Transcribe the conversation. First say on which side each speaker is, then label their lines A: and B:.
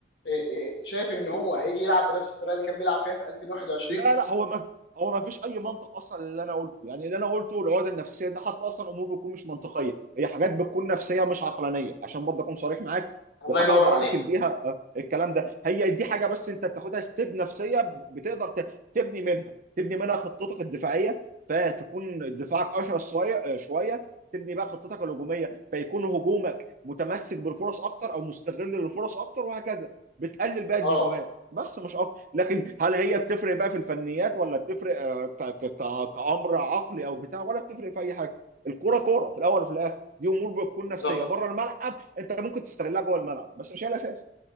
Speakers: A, on the left; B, on the right.
A: إيه، إيه، شايف ان هو هيجي يلعب بنفس الطريقه اللي كان بيلعب فيها في 2021
B: لا لا هو ما هو ما فيش اي منطق اصلا اللي انا قلته يعني اللي انا قلته العقد النفسيه ده حتى اصلا امور بتكون مش منطقيه هي حاجات بتكون نفسيه مش عقلانيه عشان برضه اكون صريح معاك
A: الله
B: وحاجه
A: ينور
B: اقدر
A: عليك
B: اقفل بيها آه، الكلام ده هي دي حاجه بس انت بتاخدها ستيب نفسيه بتقدر ت- تبني منها تبني منها خطتك الدفاعيه فتكون دفاعك اشرس شويه آه، شويه تبني بقى خطتك الهجوميه فيكون هجومك متمسك بالفرص اكتر او مستغل للفرص اكتر وهكذا بتقلل بقى الديفوهات
A: اه
B: بس مش اكتر لكن هل هي بتفرق بقى في الفنيات ولا بتفرق آه، ك- ك- ك- كأمر عقلي او بتاع ولا بتفرق في اي حاجه الكوره كوره في الاول وفي الاخر دي امور بتكون
A: بالظبط
B: نفسيه بره الملعب انت ممكن تستغلها جوه الملعب بس مش هي الاساس